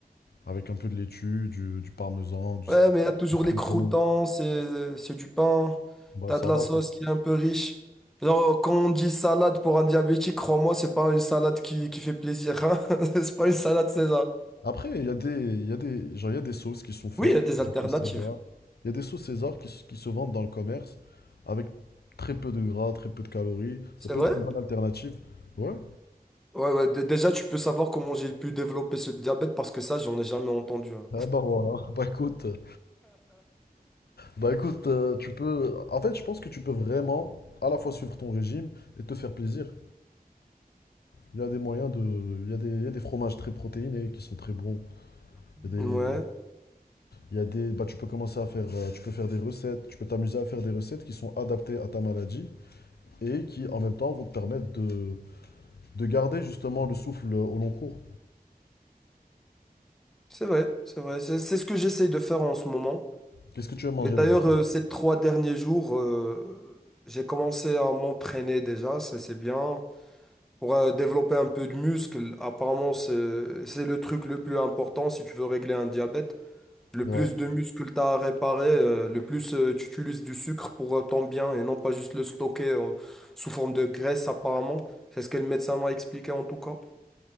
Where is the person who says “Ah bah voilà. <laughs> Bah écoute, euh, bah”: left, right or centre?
Left